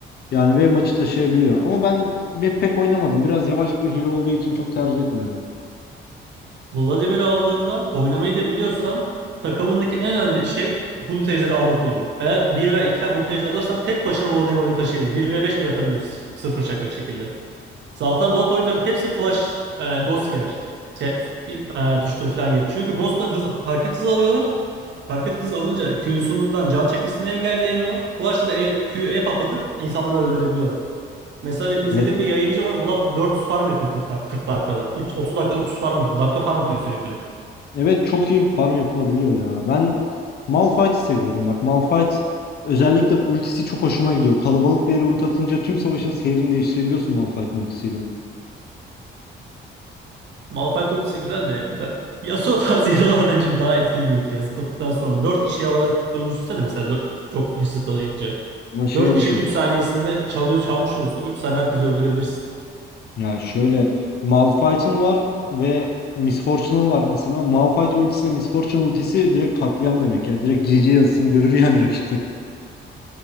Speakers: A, on the left (about 55°); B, on the right (about 65°).
A: Yani ve maçı taşıyabiliyor. Ama ben bir pek oynamadım. Biraz yavaş bir hile olduğu için çok tercih etmiyorum.
B: Vladimir'i aldığında oynamayı da biliyorsan takımındaki en önemli şey bulut ejderi almak oluyor. Eğer 1 veya 2'den bulut ejderi alırsan tek başına Vladimir oyunu taşıyabilir. Bir ve 5 bile atabiliyor. Sıfır şaka şekilde. Zaten Vlad oyuncuların hepsi flash e, ghost girer. Şey, f- e, tuşturu falan girer. Çünkü ghost'la hız, hareket hızı alıyorlar. Hareket hızı alınca Q'sundan can çekmesini engelleyemiyorlar. Flash'la da e, Q'ye patlatıp insanları öldürebiliyorlar. Mesela benim izlediğim
A: Evet.
B: bir yayıncı var. Vlad 400 farm yapıyor 40 dak 40 dakikada. 3, 30 dakika 300 farm yapıyor. Dakika farm yapıyor sürekli.
A: Evet çok iyi bir farm yapılabiliyor ya. Ben Malphite'i seviyorum bak. Malphite özellikle ultisi çok hoşuma gidiyor. Kalabalık bir yere ulti atınca tüm savaşın seyrini değiştirebiliyorsun Malphite'in ultisiyle.
B: Malphite ultisi güzel de yani. Ben... Yasuo tarzı <laughs> hero'lar bence daha etkili bir ulti ya. Zıpladıktan sonra 4 kişi havada tuttuğunu düşünsene mesela dört- çok kişi zıplayınca.
A: Ama şey
B: 4 kişinin
A: düşün
B: 3 saniyesinde çalıyor çalmış oluyorsun. O 3 saniye herkesi öldürebilirsin.
A: Ya şöyle Malphite'ın var ve Miss Fortune'ın var mesela. Malphite ultisiyle Miss Fortune ultisi direkt katliam demek ya. Direkt GG yazısını görür yani <laughs> rakip takım.